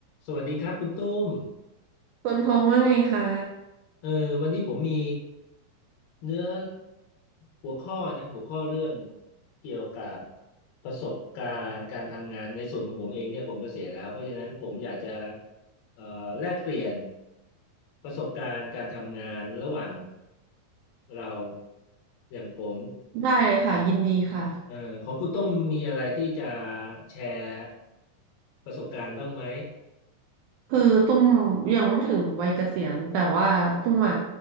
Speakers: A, on the left; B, on the right.
A: สวัสดีครับคุณตุ้ม
B: คุณพงษ์ว่าไงคะ
A: เออวันนี้ผมมีเนื้อหัวข้อนะหัวข้อเรื่องเกี่ยวกับประสบการณ์การทำงานในส่วนของผมเองเนี่ยผมเกษียณแล้วเพราะฉะนั้นผมอยากจะเอ่อแลกเปลี่ยนประสบการณ์การทำงานระหว่างเราอย่างผม
B: ได้เลยค่ะยินดีค่ะ
A: เอ่อของคุณตุ้มมีอะไรที่จะแชร์ประสบการณ์บ้างไหม
B: คือตุ้มยังไม่ถึงวัยเกษียณแต่ว่าตุ้มอ่ะ